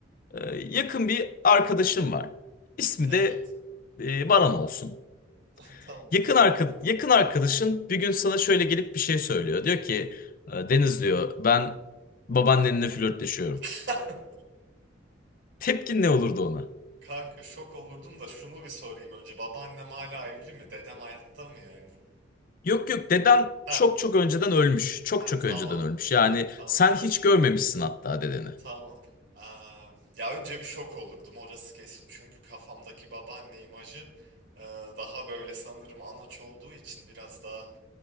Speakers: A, on the left; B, on the right.
A: E, yakın bir arkadaşım var. İsmi
B: Evet.
A: de e, Baran olsun.
B: <laughs> Tamam.
A: Yakın arka- yakın arkadaşın bir gün sana şöyle gelip bir şey söylüyor. Diyor ki "E, Deniz diyor ben babaannenle flörtleşiyorum.
B: <laughs>
A: Tepkin ne olurdu ona?
B: Kanka şok olurdum da şunu bir sorayım önce. Babaannem hala evli mi? Dedem hayatta mı yani?
A: Yok yok deden
B: Ha,
A: çok çok önceden ölmüş. Çok
B: ha
A: çok
B: tamam.
A: önceden ölmüş. Yani
B: Tamam.
A: sen hiç görmemişsin hatta dedeni.
B: Tamam. Aa, ya önce bir şok olurdum orası kesin. Çünkü kafamdaki babaanne imajı e, daha böyle sanırım anaç olduğu için biraz daha